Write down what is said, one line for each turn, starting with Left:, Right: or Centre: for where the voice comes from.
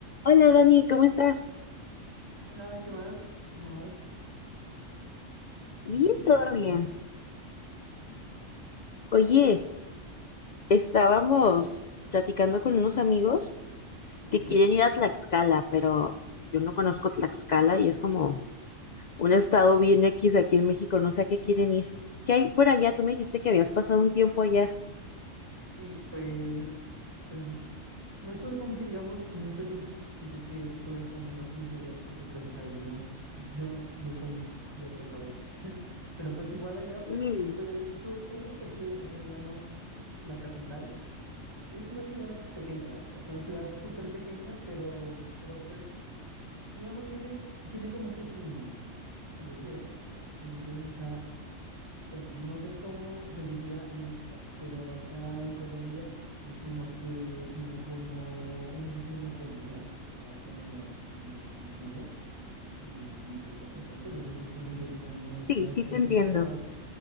Left: Hola Dani, ¿cómo estás?
Right: Hola, ¿qué más? ¿Cómo vas? Buen
Left: Bien,
Right: día,
Left: todo
Right: buen día.
Left: bien. Oye, estábamos platicando con unos amigos
Right: Ujú.
Left: que quieren ir a Tlaxcala, pero yo no conozco Tlaxcala y es como un estado bien X aquí en México, no sé a qué quieren ir. ¿Qué hay por allá? Tú me dijiste que habías pasado un tiempo allá.
Right: Y pues, pues no estuve como que digamos mucho tiempo, siento que estuve como unos 15 días, porque pues, o sea, yo no, yo, yo soy de otro país, <laughs> pero pues igual allá pues,
Left: Mm,
Right: eh, pues estuvo chévere porque, o sea, digamos, la capital es una ciudad pequeña, la verdad, es una ciudad súper pequeña, pero, pero pues, digamos, tiene, tiene como que su, su belleza, ¿sí me entiendes? O sea, bueno, no sé cómo se diría en México, pero acá en Colombia decimos que tiene como un diseño colonial, o sea, como, como antiguo. No sé si me entiendan de pronto, no es así como que digamos esas,
Left: sí, sí
Right: esas
Left: te entiendo.
Right: casas